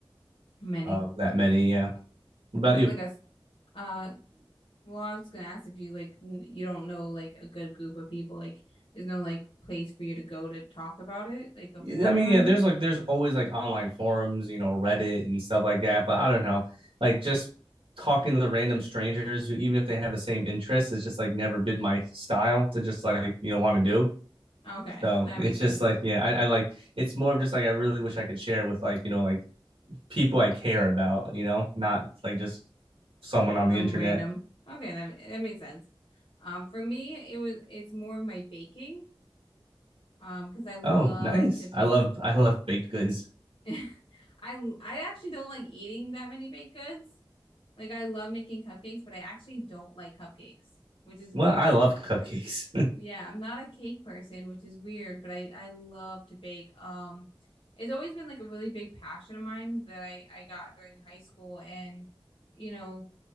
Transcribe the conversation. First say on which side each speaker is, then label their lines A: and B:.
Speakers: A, on the left; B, on the right.
A: Many.
B: um that many yeah what about
A: Is it
B: you
A: like a s- uh well, I was gonna ask if you like n you don't know like a good group of people, like there's no like place for you to go to talk about it, like a
B: Yeah,
A: forum
B: i mean
A: or
B: yeah
A: anything?
B: there's like there's always like online forums you know reddit and stuff like that but i don't know like just talking to the random strangers who even if they have the same interests it's just like never been my style to just like you know want to do
A: Okay,
B: So
A: that
B: it's
A: makes sense.
B: just like, yeah, I, I like it's more of just like I really wish I could share with like, you know, like people I care about, you know, not like just someone on the
A: Some
B: internet.
A: random. Okay, that that makes sense. Um, for me, it was it's more of my baking, um, because I love
B: Oh, nice.
A: to bake.
B: I love I love baked goods.
A: <laughs> I I actually don't like eating that many baked goods. Like I love making cupcakes, but I actually don't like cupcakes, which is
B: Well,
A: weird.
B: I love cupcakes.
A: Yeah, I'm not a cake person, which is weird, but I I love to bake. Um, it's always been like a really big passion of mine that I I got during high school, and you know,